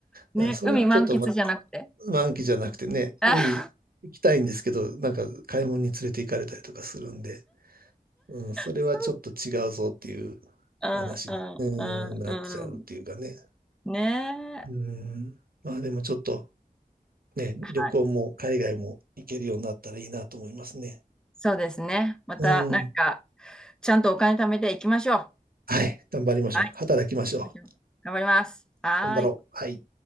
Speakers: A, in the centre; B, on the right.
A: ね、
B: からそれはちょっとまた
A: 海満喫じゃなくて。
B: 満期じゃなくてね、
A: <laughs>
B: 海行きたいんですけど、
A: あー
B: なんか買い物に連れて行かれたりとかするんで、うん、それはちょっと違うぞっていう
A: そううんうんうん
B: 話に、うん、なっちゃうっていうかね。
A: うん。ねえ。
B: うん。まあでもちょっとね、
A: はい。
B: 旅行も海外も行けるようになったらいいなと思いますね。
A: そうですね。また、
B: うん。
A: なんか、ちゃんとお金貯めていきましょう。
B: はい。頑張りましょう。
A: はい。
B: 働きましょ
A: そうしましょう。頑張ります。はーい。
B: う。頑張ろう。はい。